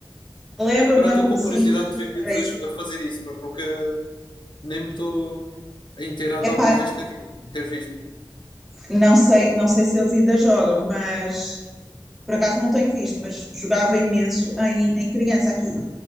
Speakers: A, in the centre; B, on the left.
A: lembro-me,
B: Agora
A: lembro-me,
B: estou com
A: sim,
B: curiosidade
A: se
B: de ver
A: jogar
B: miúdos
A: a isso.
B: a a fazer isso, porque nunca nem me estou a inteirar de
A: Epá,
B: alguma vez ter, vindo, ter visto.
A: não sei, não sei se eles ainda jogam, mas por acaso não tenho visto, mas jogava imenso em, em criança aqui.